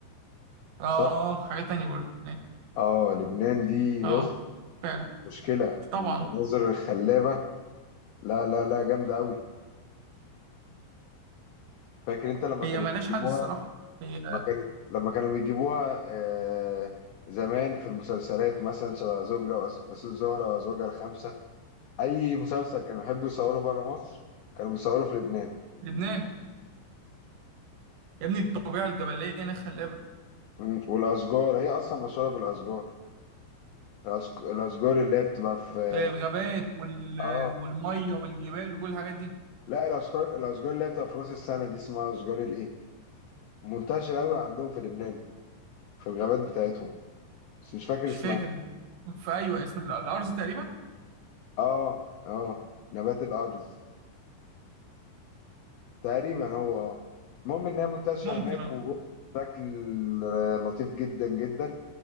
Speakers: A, on the right; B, on the left.
A: اه
B: صح؟
A: حاجه تانية برضو هناك.
B: أه لبنان دي بص
A: اه فعلا
B: مشكلة
A: طبعا
B: المناظر الخلابة لا لا لا جامدة أوي فاكر أنت لما
A: هي
B: كانوا
A: ملهاش
B: بيجيبوها
A: حل الصراحه هي
B: لما كانوا لما كانوا بيجيبوها آه، زمان في المسلسلات مثلا شبه زوجة وأس- زهرة وأزواجها الخمسة أي مسلسل كانوا يحبوا يصوروا بره مصر كانوا بيصوروا في لبنان
A: لبنان يا ابني الطبيعه الجبليه هناك خلابه
B: مم، والأشجار هي أصلا مشهورة بالأشجار الأشج- الأشجار اللي هي بتبقى في
A: آه، الغابات وال...
B: آه
A: والميه والجبال وكل الحاجات دي
B: لا الأشجار الأشجار اللي هي بتبقى في رأس السنة دي اسمها أشجار الإيه منتشرة أوي عندهم في لبنان في الغابات بتاعتهم بس مش فاكر
A: مش
B: اسمها
A: فاكر في ايوه اسم ال- الارز تقريبا
B: آه آه نبات الأرز تقريبا هو اه المهم انها منتشره
A: ممكن
B: هناك
A: اه
B: وجوه بشكل لطيف جدا جدا